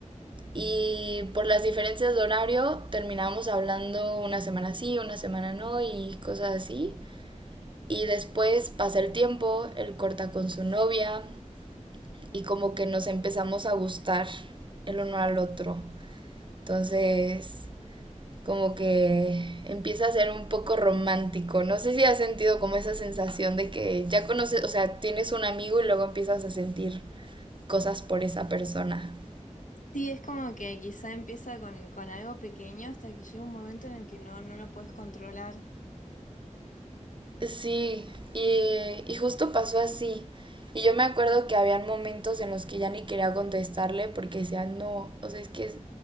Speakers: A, on the right (about 40°); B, on the left (about 80°).
A: Y por las diferencias de horario terminábamos hablando una semana sí, una semana no y cosas así. Y después pasa el tiempo, él corta con su novia y como que nos empezamos a gustar el uno al otro. Entonces, como que empieza a ser un poco romántico. No sé si has sentido como esa sensación de que ya conoces, o sea, tienes un amigo y luego empiezas a sentir cosas por esa persona.
B: Sí, es como que quizá empieza con, con algo pequeño hasta que llega un momento en el que no, no lo puedes controlar.
A: Sí, y, y justo pasó así. Y yo me acuerdo que habían momentos en los que ya ni quería contestarle porque decía, no, o sea, es que es,